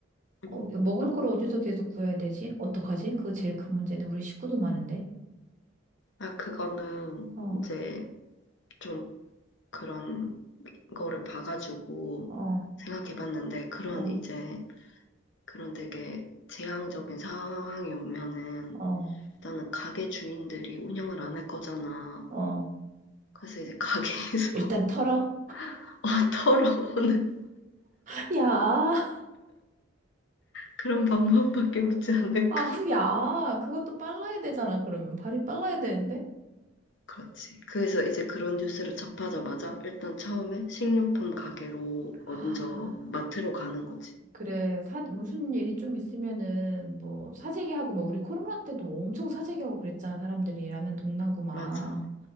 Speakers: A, on the left; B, on the right.
A: 음.
B: 어, 먹을 걸 어디서 계속 구해야 되지? 어떡하지? 그거 제일 큰 문제는 우리 식구도 많은데.
A: 아, 그거는
B: 어,
A: 이제 좀 그런 거를 봐가지고
B: 어,
A: 생각해 봤는데, 그런
B: 어,
A: 이제 그런 되게 재앙적인 상황이 오면은
B: 어,
A: 일단은 가게 주인들이 운영을 안 할 거잖아.
B: 어.
A: 그래서 이제 가게에서
B: 일단 털어.
A: <laughs> 어, 털어오는
B: <laughs> 야,
A: 그런 방법밖에 없지 않을까.
B: 아우, 야. 그것도 빨라야 되잖아, 그러면. 발이 빨라야 되는데?
A: 그렇지. 그래서 이제 그런 뉴스를 접하자마자 일단 처음에 식료품 가게로 먼저
B: 아.
A: 마트로 가는 거지.
B: 그래, 사, 무슨 일이 좀 있으면은, 뭐, 사재기하고, 막, 우리 코로나 때도 엄청 사재기하고 그랬잖아, 사람들이. 라면 동나고 막.
A: 맞아,